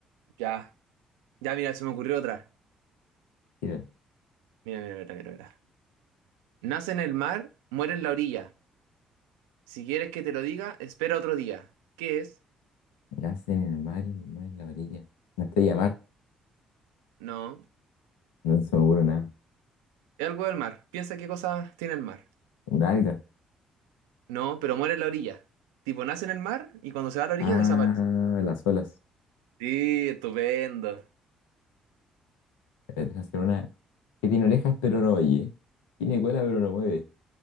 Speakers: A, on the right; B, on the left.
A: Ya. Ya, mira, se me ocurrió otra.
B: Mira,
A: Mira, mira, mira, mira, mira. Nace en el mar, muere en la orilla. Si quieres que te lo diga, espera otro día. ¿Qué es?
B: nace en el mar, el mar en la orilla. Una estrella de mar.
A: No.
B: No se me ocurre nada.
A: Es algo del mar. Piensa qué cosas tiene el mar.
B: Una alga.
A: No, pero muere en la orilla. Tipo, nace en el mar y cuando se va a la orilla
B: Ah,
A: desaparece.
B: las olas.
A: Sí, estupendo.
B: Eh, deja hacer una que tiene orejas, pero no oye. Tiene cola, pero no mueve.